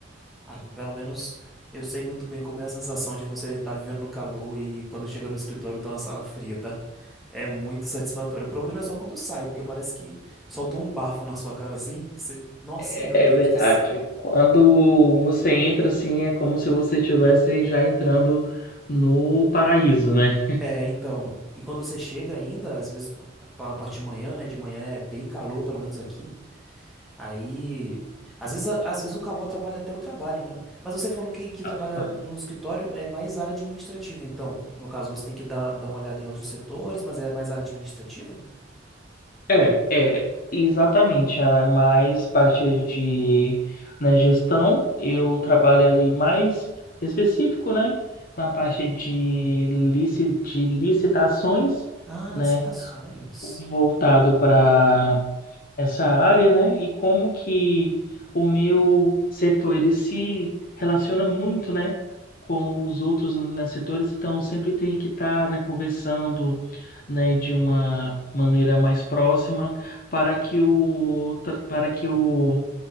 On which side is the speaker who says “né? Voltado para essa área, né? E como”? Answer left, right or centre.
Left